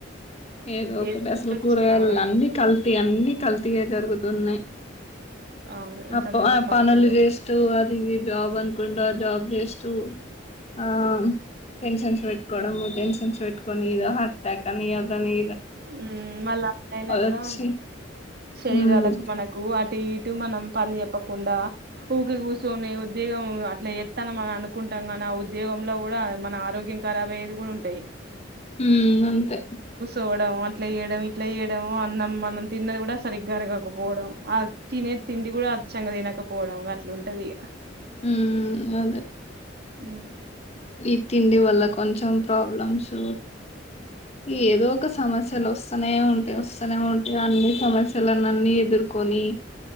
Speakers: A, on the left (about 35°); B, on the right (about 55°).
A: ఏదో ఒకటి
B: ఏ
A: అసలు
B: వచ్చి-
A: కూరగాయల
B: ఆ
A: అన్ని కల్తీ అన్ని కల్తీయే జరుగు తున్నాయి
B: అవును ఇంత
A: అప్ప
B: ముందు
A: అ
B: మనుషులు
A: పనులు చేస్తూ అది జాబ్ అనకుండా జాబ్ జస్ట్ ఆ టెన్షన్స్ పెట్టుకోవడం టెన్షన్ పెట్టుకొని ఇలా హార్ట్ అటాక్ అని అనీ
B: ఉ మళ్ళా అయినా కూడా
A: వచ్చి
B: శరీరాలకు
A: ఉమ్
B: మనకు అటు ఇటు మనం పని చెప్పకుండా ఊరికి కూర్చొని ఉద్యోగం అట్లా ఎత్తన మనం అనుకుంటాం నీ ఆ ఉద్యోగంలో కూడా మన ఆరోగ్యం ఖరాబ్ అయ్యేది కూడా ఉంటాయి
A: ఉ అంతే
B: పోవడం అట్లా ఏయడం ఇట్లా ఏయడం అన్నం మనం తిన్నది కూడా సరిగ్గా అరగకపోవడం అ తినేది తిండి కూడా అచ్చంగా తినకపోవడం అట్లుంటది
A: ఉ అదే
B: ఉ
A: ఈ తిండి వల్ల కొంచెం ప్రాబ్లమ్స్ ఈ ఏదో ఒక సమస్యలు వస్తూనే ఉంటేయి వస్త తనే ఉంటయి అన్ని సమస్యలు వాల నన్నీ ఎదుర్కొని